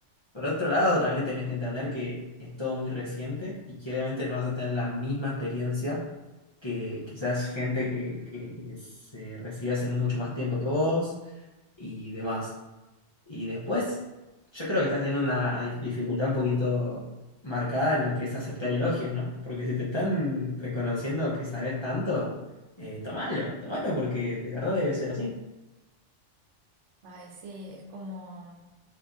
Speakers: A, on the left; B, on the right.
A: por otro lado, también tenés que entender que es todo muy reciente y que obviamente no vas a tener la misma experiencia que quizás gente que, que se recibe hace mucho más tiempo que vos y demás. Y después, yo creo que estás teniendo una dif- dificultad un poquito marcada en lo que es aceptar elogios, ¿no? Porque si te están reconociendo que sabes tanto, eh, tomalo, tomalo porque de verdad debe ser así.
B: Ay, sí, es como,